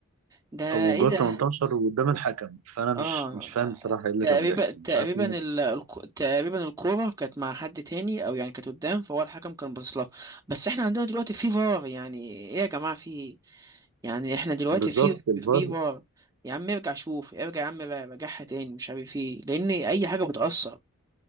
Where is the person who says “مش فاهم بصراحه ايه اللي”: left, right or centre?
Right